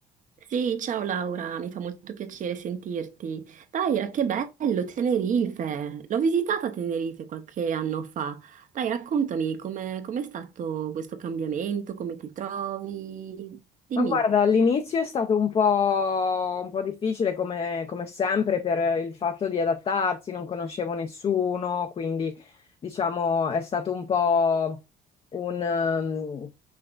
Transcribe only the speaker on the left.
Ma guarda, all'inizio è stato un po', un po' difficile come, come sempre per il fatto di adattarsi, non conoscevo nessuno, quindi diciamo è stato un po' un, ehm,